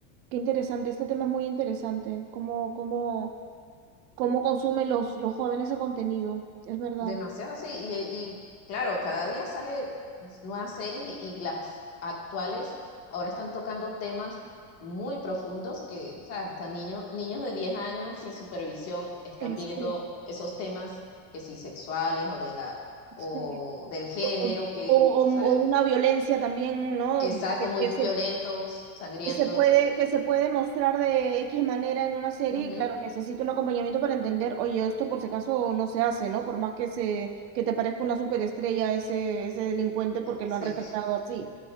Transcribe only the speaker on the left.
Demasiado, sí. Y, y claro, cada día sale pues, nuevas series y, y las actuales ahora están tocando temas muy profundos que, o sea, hasta niños, niños de 10 años sin supervisión están
viendo
esos temas que sí sexuales o de la o
del género
que,
o
sea,
exacto,
muy
violentos, sangrientos.
Ujú.
Sí.